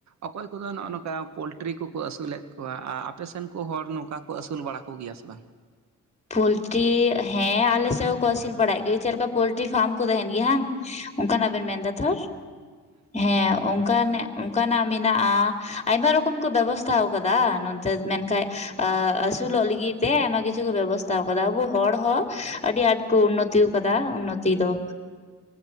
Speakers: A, on the right; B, on the left.
A: ᱚᱠᱚᱭ ᱠᱚᱫᱚ ᱱᱚᱜᱼᱚ ᱱᱚᱝᱠᱟ ᱯᱳᱞᱴᱨᱤ ᱠᱚᱠᱚ ᱟᱹᱥᱩᱞᱮᱫ ᱠᱚᱣᱟ ᱟᱨ ᱟᱯᱮ ᱥᱮᱱ ᱠᱚ ᱦᱚᱲ ᱱᱚᱝᱠᱟ ᱠᱚ ᱟᱹᱥᱩᱞ ᱵᱟᱲᱟ ᱠᱚᱜᱮᱭᱟ ᱥᱮ ᱵᱟᱝ?
B: ᱯᱳᱞᱴᱨᱤ ᱦᱮᱸ ᱟᱞᱮᱥᱮᱫ ᱦᱚᱸᱠᱚ ᱟᱹᱥᱤᱨ ᱵᱟᱲᱟᱭᱮᱫ ᱜᱮ ᱪᱮᱫ ᱞᱮᱠᱟ ᱯᱳᱞᱴᱨᱤ ᱯᱷᱟᱨᱢ ᱠᱚ ᱛᱟᱦᱮᱱ ᱜᱮᱭᱟ ᱵᱟᱝ ᱚᱱᱠᱟᱱᱟᱜ ᱵᱮᱱ ᱢᱮᱱᱫᱟ ᱛᱚ ᱦᱮᱸ ᱚᱱᱠᱟᱱᱟᱜ ᱚᱱᱠᱟᱱᱟᱜ ᱢᱮᱱᱟᱜᱼᱟ ᱟᱭᱢᱟ ᱨᱚᱠᱚᱢ ᱠᱚ ᱵᱮᱵᱚᱥᱛᱷᱟ ᱟᱠᱟᱫᱟ ᱱᱚᱱᱛᱮ ᱢᱮᱱᱠᱷᱟᱡ ᱟᱹ ᱟᱹᱥᱩᱞᱚᱜ ᱞᱟᱹᱜᱤᱫ ᱛᱮ ᱟᱭᱢᱟ ᱠᱤᱪᱷᱩ ᱠᱚ ᱵᱮᱵᱚᱥ ᱛᱟᱣ ᱠᱟᱫᱟ ᱟᱵᱚ ᱦᱚᱲ ᱦᱚᱸ ᱟᱹᱰᱤ ᱟᱸᱴ ᱠᱚ ᱩᱱᱱᱚᱛᱤ ᱠᱟᱫᱟ ᱩᱱᱱᱚᱛᱤ ᱫᱚ᱾